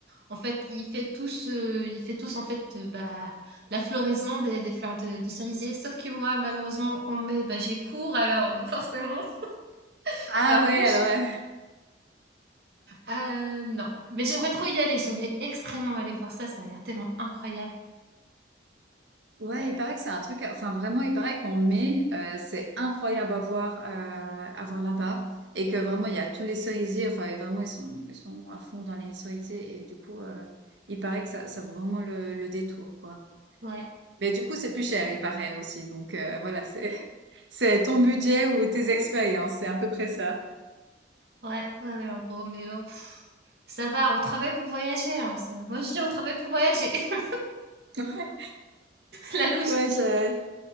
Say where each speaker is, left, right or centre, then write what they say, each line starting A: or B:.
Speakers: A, on the right; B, on the right.
A: en fait, il fait tous, heu, il fait tous en fait, heu, bah, la floraison des des fleurs de de cerisier. Sauf que moi, malheureusement, en mai, bah, j'ai cours alors, heu, forcément, <laughs>
B: Ah
A: c'est un peu
B: ouais,
A: chaud.
B: alors euh,
A: Heu, non, mais j'aimerais trop y aller, j'aimerais extrêmement aller voir ça, ça a l'air tellement incroyable.
B: ouais,
A: Ouais,
B: il paraît que c'est un truc, enfin vraiment, il paraît qu'en mai, euh, c'est incroyable à voir, euh, à voir là-bas et que vraiment il y a tous les cerisiers, enfin et vraiment ils sont ils sont à fond dans les cerisiers et du coup euh, il paraît que ça ça vaut vraiment le, le détour quoi.
A: ouais,
B: Mais du coup, c'est plus cher, il paraît aussi. Donc euh, voilà, c'est <laughs> c'est ton budget ou tes expériences, c'est à peu près ça.
A: ouais, ouais, ouais, en gros, mais oh Ça va, on travaille pour voyager, hein, c'est- Moi, je dis on travaille pour voyager, <laughs>
B: <laughs>
A: la logique.
B: Ouais, je-